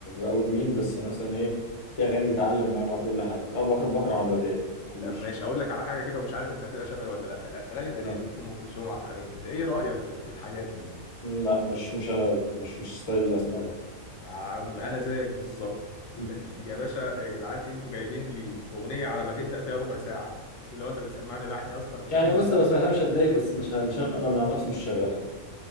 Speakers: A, on the left; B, on the left.
A: قوي بمين بس يعني مثلا ايه في اغاني بيتعلم معايا مع كل حد اه بكره بكره عمرو دياب ما بحبوش
B: طب ماشي اقول لك على حاجه كده ومش عارف انت هتبقى شبه ولا لا الاغاني القديمه
A: آه.
B: ام كلثوم عبد الحليم انت ايه رايك في في الحاجات دي
A: لا مش مش انا أوي. مش مش ستايل اللي اسمعه يعني
B: عم- انا زيك بالظبط
A: مم.
B: يا باشا يا جدعان انتوا جايبين لي اغنيه على ما تبدا فيها ربع ساعه اللي هو انت بتسمعني لحني اصلا مش
A: يعني
B: عايز
A: بص لو سمعتها مش هتضايق بس مش ه... مش ه... انا مع نفسي مش شغالها